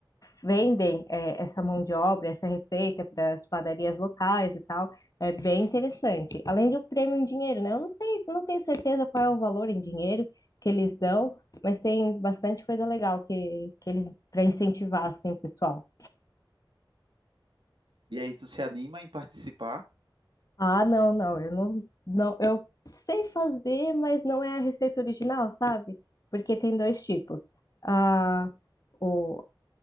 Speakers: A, on the left; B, on the right.
A: vendem, é, essa mão de obra, essa receita para as padarias locais e tal. É bem interessante. Além do prêmio em dinheiro, né? Eu não sei, não tenho certeza qual é o valor em dinheiro que eles dão, mas tem bastante coisa legal que, que eles para incentivar assim, o pessoal.
B: E aí tu se anima em participar?
A: Ah, não, não, eu não, não, eu sei fazer, mas não é a receita original, sabe? Porque tem dois tipos. A, o,